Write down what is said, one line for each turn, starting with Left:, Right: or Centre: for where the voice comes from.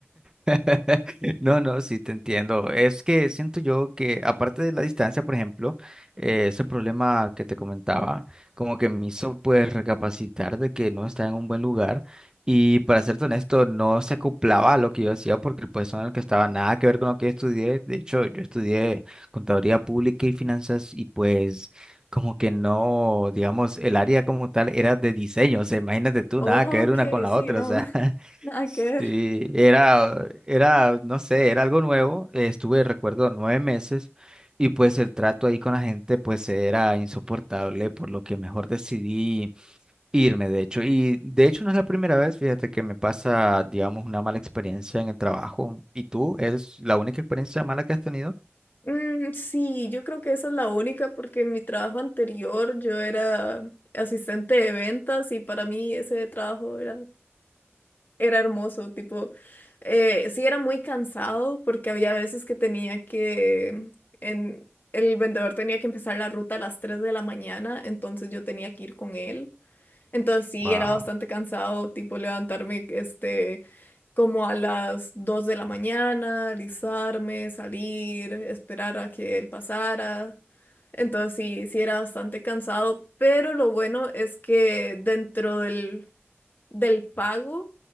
Right: <laughs> No, no, sí te entiendo. Es que siento yo que aparte de la distancia, por ejemplo, eh, ese problema que te comentaba, como que me hizo pues recapacitar de que no estaba en un buen lugar y para serte honesto, no se acoplaba a lo que yo hacía porque el puesto en el que estaba nada que ver con lo que estudié. De hecho, yo estudié contaduría pública y finanzas y pues como que no, digamos, el área como tal era de diseño. O sea, imagínate tú,
Left: Ok,
Right: nada que ver una con la
Left: sí,
Right: otra,
Left: no,
Right: o sea.
Left: <laughs> nada
Right: Sí,
Left: que ver.
Right: era, era, no sé, era algo nuevo. eh, Estuve, recuerdo, nueve meses y pues el trato ahí con la gente pues era insoportable, por lo que mejor decidí irme, de hecho. Y de hecho no es la primera vez, fíjate que me pasa, digamos, una mala experiencia en el trabajo. ¿Y tú? ¿Es la única experiencia mala que has tenido?
Left: Mm, sí, yo creo que esa es la única porque en mi trabajo anterior yo era asistente de ventas y para mí ese trabajo era era hermoso, tipo, eh, sí era muy cansado porque había veces que tenía que, en, el vendedor tenía que empezar la ruta a las 3 de la mañana, entonces yo tenía que ir con él. Entonces sí,
Right: Wow.
Left: era bastante cansado, tipo levantarme, este, como a las 2 de la mañana, alisarme, salir, esperar a que él pasara. Entonces sí, sí era bastante cansado, pero lo bueno es que dentro del del pago